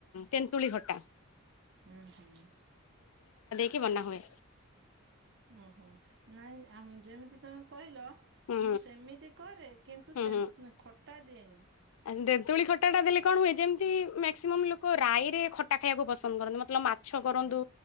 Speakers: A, on the left; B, on the right.
A: ତେନ୍ତୁଳି ଖଟା।
B: ହୁଁ-ହୁଁ।
A: କି ବନା ହୁଏ।
B: ଓ ହୋ ନାଇଁ ଯେମିତି ତମେ କହିଲ
A: ହୁଁ
B: ମୁଁ ସେମିତି କରେ କିନ୍ତୁ
A: ହୁଁ
B: ତେନ୍
A: ହୁଁ।
B: ଖଟା ଦିଏନି।
A: ଆ ତେନ୍ତୁଳି ଖଟା ଟା ଦେଲେ କଣ ହୁଏ ଯେମିତି ମାକ୍ସିମମ୍ ଲୋକ ରାଇରେ ଖଟା ଖାଇବାକୁ ପସନ୍ଦ କରନ୍ତି ମତେ ମାଛ କରନ୍ତୁ
B: ହୁଁ